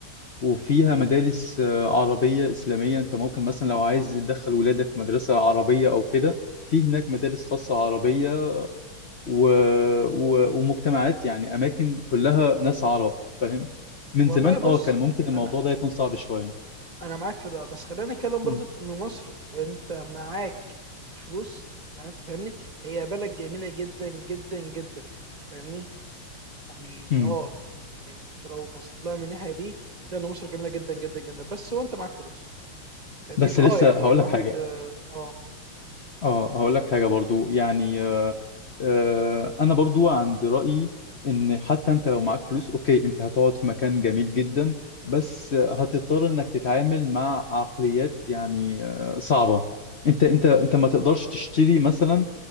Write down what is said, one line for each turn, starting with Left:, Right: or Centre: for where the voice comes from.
Left: وفيها مدارس آه، عربيه اسلاميه انت ممكن مثلا لو عايز تدخل ولادك في مدرسه عربيه او كده في هناك مدارس خاصه عربيه و... و... ومجتمعات يعني اماكن كلها ناس عرب فاهم من
Right: والله
Left: زمان
Right: بُص
Left: اه كان ممكن الموضوع
Right: أنا
Left: ده يكون صعب شويه
Right: أنا معاك في ده، بس خلّينا نتكلم برضك
Left: مم.
Right: إن مصر وأنت معاك الفلوس زي ما أنت فاهمني، هي بلد جميلة جدًا، جدًا، جدًا فاهمني؟ يعني
Left: مم.
Right: اه يعني انت لو بصيت لها من الناحيه دي تلاقي ان مصر جميله جدا جدا جدا بس وانت معاك فلوس لان
Left: بس
Right: في
Left: لسه
Right: اه يعني
Left: هقول
Right: الواحد
Left: لك حاجه
Right: اه آه،
Left: اه هقول لك حاجه برضو يعني آه آه انا برضو عند رايي ان حتى انت لو معاك فلوس اوكي انت هتقعد في مكان جميل جدا بس هتضطر انك تتعامل مع عقليات يعني آه صعبه انت انت انت ما تقدرش تشتري مثلا